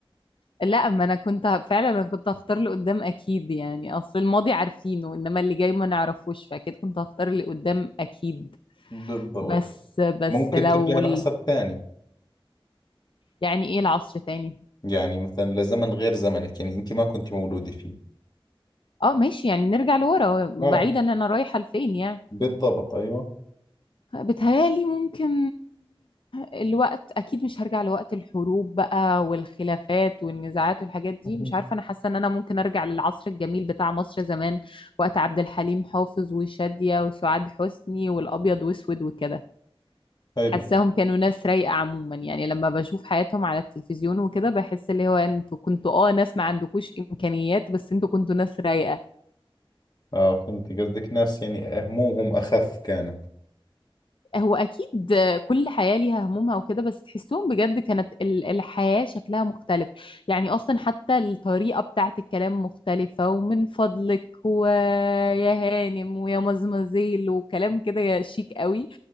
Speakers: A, on the left; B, on the left.
A: لا ما انا كنت ه- فعلا انا كنت هختار لقدام اكيد يعني اصل الماضي عارفينه انما اللي جاي ما نعرفوش فاكيد كنت هختار اللي قدام اكيد
B: بالضبط
A: بس بس
B: ممكن
A: لو
B: ترجع لعصر
A: ال-
B: ثاني
A: يعني ايه العصر تاني
B: يعني مثلا لزمن غير زمنك يعني أنت ما كنت مولودة فيه
A: اه ماشي يعني نرجع لورا
B: آه
A: بعيدا انا رايحة لفين يعني
B: بالضبط أيوة
A: بتهيألي ممكن الوقت أكيد مش هرجع لوقت الحروب بقى والخلافات والنزاعات والحاجات دي
B: <laughs>
A: مش عارفة أنا حاسة إن أنا ممكن أرجع للعصر الجميل بتاع مصر زمان وقت عبد الحليم حافظ وشادية وسعاد حسني والأبيض وأسود وكده
B: حلو
A: حاساهم كانوا ناس رايقة عموما يعني لما بشوف حياتهم على التلفزيون وكده بحس اللي هو انتوا كنتوا اه ناس ما عندكوش إمكانيات بس انتوا كنتوا ناس رايقة
B: اه فهمت قصدك ناس يعني همومهم اخف كانت
A: هو اكيد كل حياه ليها همومها وكده بس تحسهم بجد كانت ال- الحياه شكلها مختلف يعني اصلا حتى الطريقه بتاعت الكلام مختلفه ومن فضلك ويا هانم ويا مزمزيل وكلام كده شيك قوي